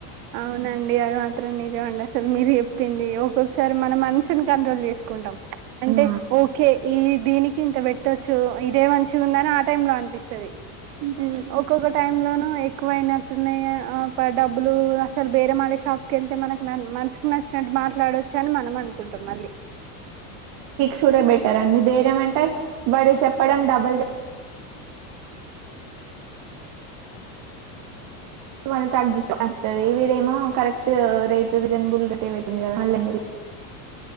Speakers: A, on the right; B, on the right.
A: అవునండి అ త్రం నిజం అండి అసలు మీరు చెప్పింది ఒక్కొక్కసారి మన మంచి కంట్రోల్ కుంటాం అంటే
B: ఆ
A: ఓకే ఈ దీనికి ఇంత పెట్టొచ్చు ఇదే మంచిగా ఉందని ఆ టైం లో అనిపిస్తది
B: ఇంకొకటి
A: ఒక్కొక్క టైమ్ లోనూ ఎక్కువయినట్టున్నాయ ఆ డబ్బులు అసలు బేర మడే షాప్ కళ్ళతే మనకు మనసు నాష్ట మాట్లాడ అని మనం అనుకుంటాం మళ్ళీ
B: చూడే బెటర్ అండి వేరేమంటే వాడు చెప్పడం డబుల్ మళ్ళీ తగ్గిస్తడుతుంది వీడేమో కరెక్ట్ రేటు రీజనబుల్ ఉంటటే పెట్ంది కదా మళ్ళీందు